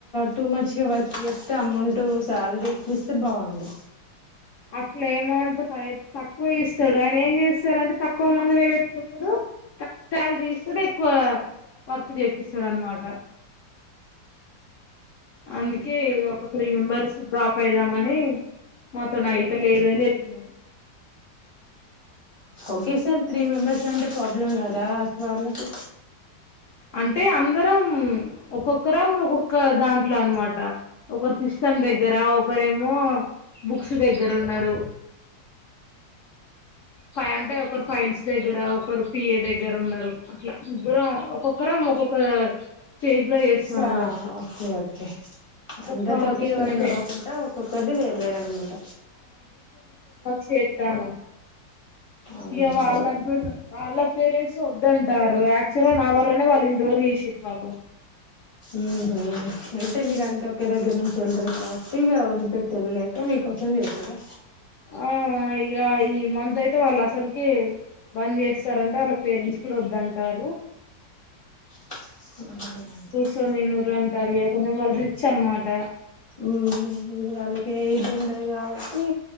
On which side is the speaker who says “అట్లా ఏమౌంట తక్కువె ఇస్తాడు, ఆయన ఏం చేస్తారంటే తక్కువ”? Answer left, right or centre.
Left